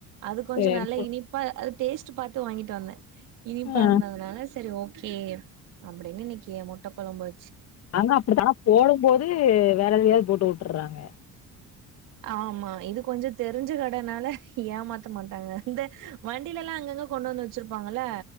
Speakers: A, on the right; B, on the left.
A: அது கொஞ்ச
B: சேரி
A: நல்லா
B: சேரி
A: இனிப்பா அக் டேஸ்ட்டு பாத்து வாங்கிட்டு வந்தேன் இனிப்பா
B: ஆ
A: இருந்ததுனால சரி ஓக் கே அப்படின்னு இன்னைக்கு முட்டகொழம்பு வ
B: அங்க அப்படித்தானா போடும் போது வேற எதையாவது போட்டு உட் ட்டுறாங்க
A: ஆமா இது கொஞ்சம் தெரிஞ்ச கடனால ஏமாத்த மாட்டாங்க இந்த வண்டியில எல்லாம் அங்கங்க கொண்டு வந்து வச்சிருப்பாங்கல